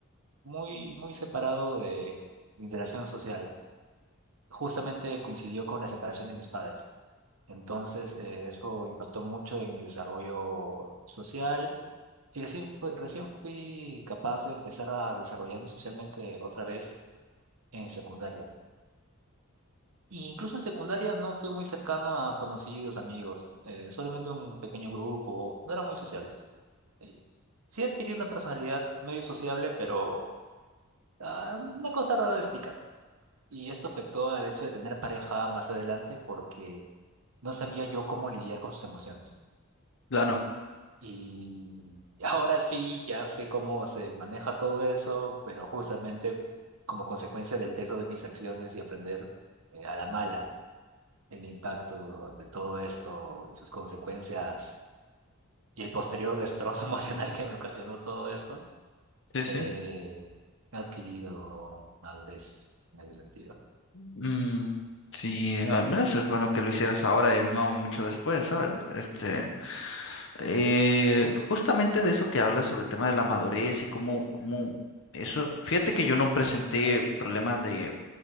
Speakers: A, on the right; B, on the left.
A: muy, muy separado de la interacción social. Justamente coincidió con la separación de mis padres. Entonces, eh, eso impactó mucho en mi desarrollo social. Y recién fue, recién fui capaz de empezar a desarrollarme socialmente otra vez en secundaria. Y incluso en secundaria no fui muy cercano a conocidos, amigos, eh, solamente un pequeño grupo, no era muy sociable. Eh, sí adquirí una personalidad medio sociable, pero ah, una cosa rara de explicar. Y esto afectó al hecho de tener pareja más adelante porque no sabía yo cómo lidiar con sus emociones.
B: Claro.
A: Y <laughs> ahora sí, ya sé cómo se maneja todo eso, pero justamente como consecuencia del peso de mis acciones y aprender eh, a la mala. el impacto de todo esto y sus consecuencias y el posterior destrozo <laughs> emocional que me ocasionó todo esto,
B: Sí,
A: eh,
B: sí.
A: he adquirido madurez en ese sentido.
B: Mm, sí, al menos es bueno que lo hicieras ahora y no mucho después, ¿sabes? Este, eh, justamente de eso que hablas sobre el tema de la madurez y cómo, cómo eso. Fíjate que yo no presenté problemas de